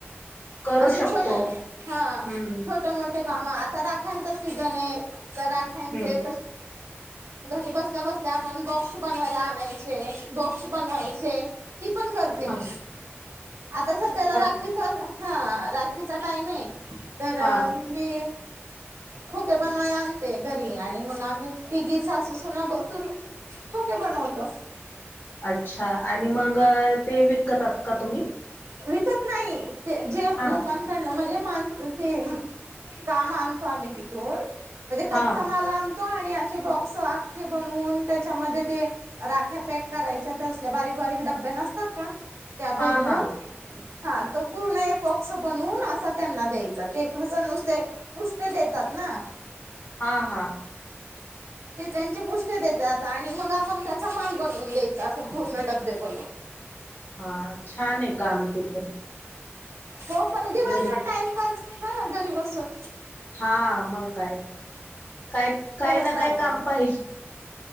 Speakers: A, on the left; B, on the right.
A: करू
B: असे
A: शकतो
B: छोटे हा
A: हम्म
B: छोटे मोट ते काम का आता राख्याचा सीजन ये तर राखयाचे
A: हम्म
B: घरी बसल्या बसल्या आपण बॉक्स बनवायला आणायचे बॉक्स बनवायचे ती पण करते
A: हा
B: मी आता सध्याला
A: करते
B: राखीचा हा राखीचा टाइम आहे तर
A: हा
B: मी खोके बनवाय आणते घरी आणि मग आम्ही तिघी सासू सुना बसून खोके बनवतो.
A: अच्छा आणि मग ते विकतात का तुम्ही
B: विकत नाही, ते ज्या
A: हा
B: लोकां कडनं म्हणजे मान ते काम आणतो आम्ही तिथून. म्हणजे कच्चामाल
A: हा
B: आणतो आणि अशे बॉक्स आख्खे बनवून त्याच्यामध्ये ते राख्या पॅक करायच्या, त्या असल्या बारीक बारीक डब्या नसतात का? त्या भरून
A: हा हा
B: हा, तो पूर्ण एक बॉक्स बनवून असा त्यांना द्याय सर ते <unintelligible> नुसते पुष्ट देतात ना.
A: हा, हा.
B: ते त्यांचे पुष्टे देतात आणि मग आपण त्याचा माल बनवून द्यायचा असं. फूलणं डबडे गोल.
A: हा, छान आहे काम ते पण.
B: हो, पण दिवसभर
A: घरी
B: टाइमपास हं, घरी बसून.
A: हा, मंग काय तर काय, काय
B: करत
A: ना
B: राहायचा.
A: काय काम पाहिजी.